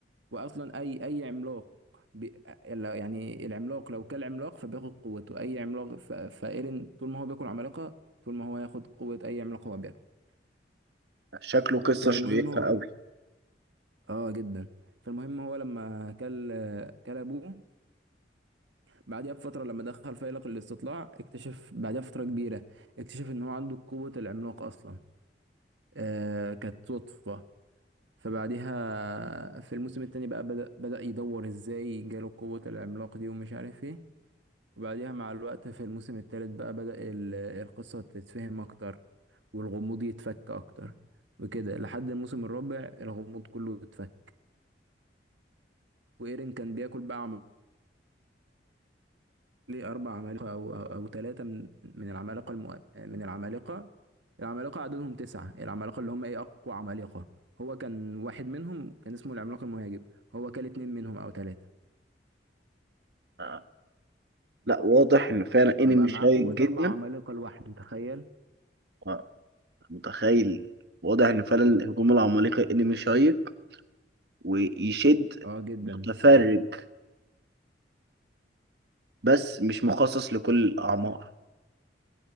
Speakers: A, on the right (about 85°); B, on the right (about 65°).
A: واصلا اي اي عملاق ب... لا- يعني العملاق لو كل عملاق فبياخد قوته اي عملاق ف... فايرين طول ما هو بياكل عمالقه طول ما هو هياخد قوه اي عملاق هو بياكله
B: شكله قصه
A: فالمهم
B: شيقه
A: هو
B: قوي
A: اه جدا فالمهم هو لما كل كل ابوه بعدها بفترة لما دخل فيلق الاستطلاع اكتشف بعدها بفترة كبيرة اكتشف ان هو عنده قوة العملاق اصلا آه كانت صدفة فبعدها في الموسم التاني بقى بدأ, بدأ يدور ازاي جاله قوة العملاق دي ومش عارف ايه وبعدها مع الوقت في الموسم التالت بقى بدأ ال- القصة تتفهم اكتر والغموض يتفك اكتر وكده لحد الموسم الرابع الغموض كله اتفك وايرين كان بياكل بقى ليه أربع عمالقة أو أو, أو ثلاثة من من العمالقة المؤ... من العمالقة العمالقة عددهم تسعة العمالقة اللي هم إيه أقوى عمالقة هو كان واحد منهم كان اسمه العملاق المهاجم هو كان اتنين منهم أو ثلاثة
B: آه. لا واضح ان فعلا
A: فبقى
B: انمي
A: معاه
B: شيق
A: قوة
B: جدا
A: أربع عمالقة لوحده تخيل
B: آه. متخيل واضح ان فعلا هجوم العمالقه انمي شيق ويشد
A: اه جدا
B: متفرج
A: الصراحة
B: بس مش مخصص لكل الاعمار